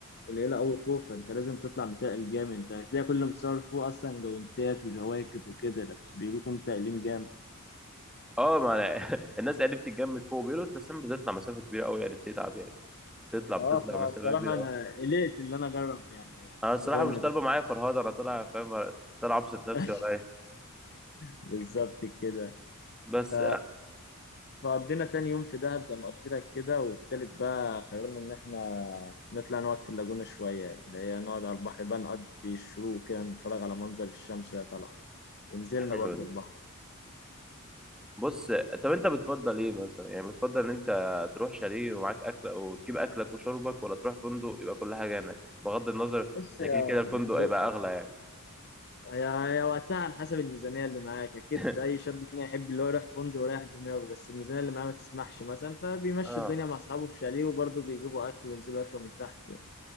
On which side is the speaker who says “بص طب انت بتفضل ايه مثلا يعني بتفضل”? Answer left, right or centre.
Centre